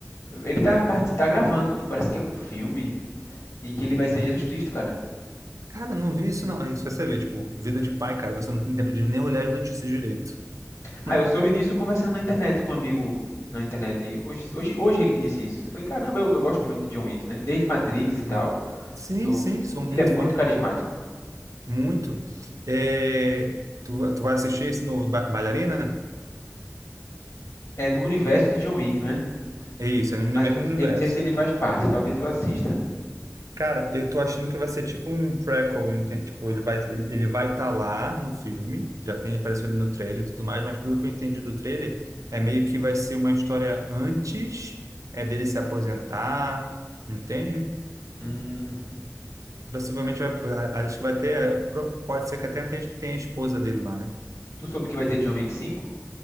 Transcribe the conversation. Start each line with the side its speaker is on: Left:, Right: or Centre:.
Left: Ele tá, part- tá gravando um, parece que é um filme em que ele vai ser Jesus Cristo, cara.
Right: Cara, não vi isso não. Aí você vê, tipo, vida de pai, cara, você não tem tempo de nem olhar as notícias direito.
Left: Ah,
Right: <laughs>
Left: eu soube disso conversando na internet com um amigo na internet. Hoje, hoje, hoje ele me disse isso. Eu falei, caramba, eu, eu gosto muito de John Wick, né? Desde Matrix
Right: Sim,
Left: e tal.
Right: sim,
Left: Eu,
Right: sim, sou muito
Left: ele é muito
Right: fã,
Left: carismático.
Right: muito. É, tu, tu vai assistir esse novo Ba- Bailarina?
Left: É no universo de John Wick, não é?
Right: É isso, é no
Left: Mas
Right: mesmo
Left: eu não
Right: universo.
Left: eu não sei se ele faz parte. Talvez eu assista.
Right: Cara, eu tô achando que vai ser tipo um prequel, entende? Tipo, ele vai ele ele vai estar lá no filme, já tem, apareceu ele no trailer e tudo mais, mas pelo que eu entendi do trailer, é meio que vai ser uma história antes é dele se aposentar, entende?
Left: Hum,
Right: Possivelmente vai, acho que vai ter, é, pro- pode ser que até tenha, tenha a esposa dele lá, né?
Left: tu soube que vai ter John Wick 5?